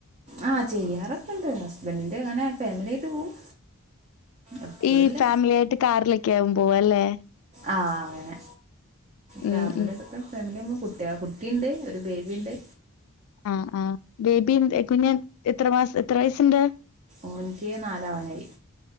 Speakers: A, on the right (about 35°); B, on the left (about 65°).
A: ആഹ് ചെയ്യാറക്കണ്ട് ഹസ്ബൻഡിന്റെ അങ്ങനെ ഫാമിലിയായിട്ട് പോവും. എപ്പഴുല്ല
B: ഈ ഫാമിലി ആയിട്ട് കാറിലൊക്കെ ആകും പോവ അല്ലേ.
A: ആഹ് അങ്ങനെ കാറിലും
B: ഉം ഉം
A: ഇതൊക്കെ ഫെമിലി പോകും. കുട്ടി കുട്ടിയുണ്ട് ഒരു ബേബിയുണ്ട്.
B: ആ ആ ബേബി കുഞ് എത്ര മാസ എത്ര വയസ്സുണ്ട്?
A: ഓനിക്ക് നാലാവാനായി.